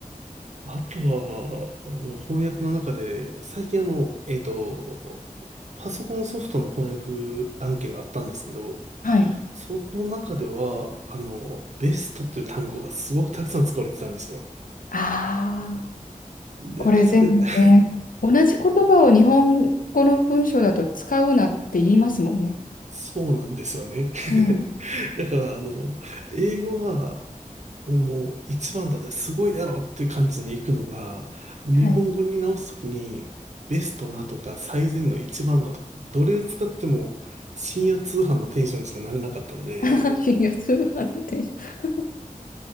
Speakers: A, on the right; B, on the left.
A: あとは、もう翻訳の中で、最近あの、えっと、パソコンソフトの翻訳案件があったんですけど、
B: はい。
A: その中では、あの、ベストという単語がすごくたくさん使われてたんですよ。
B: ああ、
A: で、
B: これ全部ね。
A: 確かに、
B: 同じ言葉を日本語の文章だと使うなって言いますもんね。
A: <laughs> そうなんですよね。<laughs>
B: うん。
A: だから、あの、英語は、もう一番だぜ、すごいだろっていう感じに行くのが、日本語に直すときに、
B: はい。
A: ベストなとか、最善の一番のとか、どれを使っても、深夜通販のテンションにしかなれなかったんで、
B: 阪神が通販のテンション。